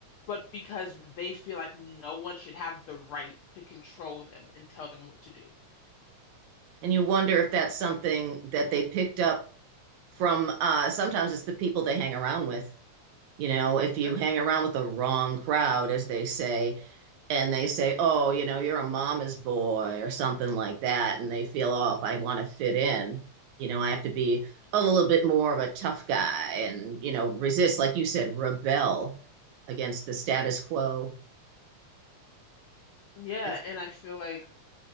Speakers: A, on the left (about 85°); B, on the right (about 75°).
A: but because they feel like no one should have the right to control them and tell them what to do
B: And you wonder if that's something that they picked up from uh, sometimes it's the people they hang around with. You know, if
A: Yeah.
B: you hang around with the wrong crowd, as they say, and they say, oh, you know, you're a mama's boy or something like that, and they feel, oh, if I want to fit in, you know, I have to be a little bit more of a tough guy and, you know, resist, like you said, rebel against the status quo.
A: Yeah,
B: That's
A: and I feel like